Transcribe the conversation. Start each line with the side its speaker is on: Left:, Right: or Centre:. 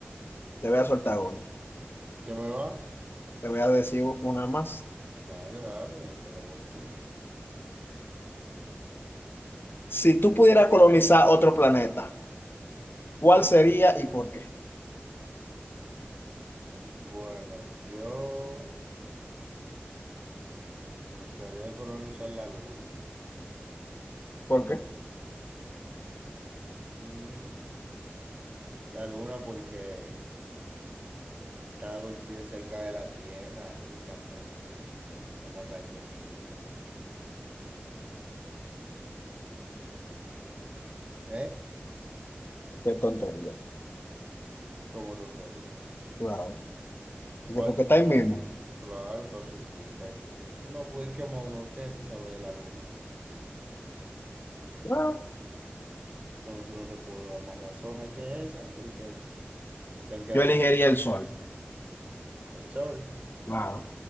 Left: te voy a soltar uno,
Right: ¿Qué me va?
Left: te voy a decir una más.
Right: Dale, dale, pero por ti.
Left: Si tú pudieras colonizar otro planeta, ¿cuál sería y por qué?
Right: Bueno, yo me gustaría colonizar la luna.
Left: ¿Por qué?
Right: Mm, la luna porque estamos bien cerca de la Tierra y estamos como hasta ahí mismito. ¿Eh?
Left: Qué tontería.
Right: Como tontería.
Left: Claro. Digo,
Right: ¿Cuál
Left: porque
Right: tú?
Left: está ahí mismo.
Right: Claro, está cerquita y me Tú no puedes quemar uno que se sabe de la luna.
Left: Claro.
Right: Entonces no te puedo dar más razones que esa porque se han quedado
Left: Yo elegiría
Right: con
Left: el sol.
Right: el sol.
Left: Claro.